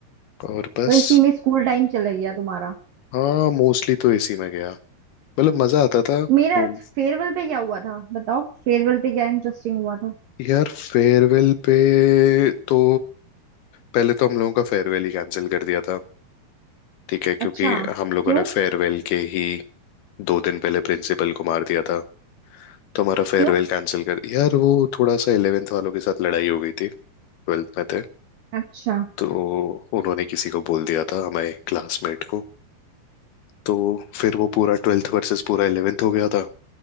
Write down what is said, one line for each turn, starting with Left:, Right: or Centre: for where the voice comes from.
Left: और बस
Right: तो इसी में स्कूल टाइम चला गया तुम्हारा
Left: हाँ मोस्टली तो इसी में गया मतलब मजा आता था घूम
Right: मेरा फेयरवेल पे क्या हुआ था बताओ फेयरवेल पे क्या इंटरेस्टिंग हुआ था
Left: यार फेयरवेल पे तो पहले तो हम लोगों का फेयरवेल ही कैंसिल कर दिया था ठीक है क्योंकि
Right: अच्छा
Left: हम लोगों
Right: क्यों
Left: ने फेयरवेल के ही दो दिन पहले प्रिंसिपल को मार दिया था तो हमारा फेयरवेल
Right: क्यों
Left: कैंसिल कर यार वो थोड़ा सा इलेवेंथ वालों के साथ लड़ाई हो गई थी ट्वेल्थ में थे
Right: अच्छा
Left: तो उन्होंने किसी को बोल दिया था हमारे क्लासमेट को तो फिर वो पूरा ट्वेल्थ वर्सेस पूरा 11th हो गया था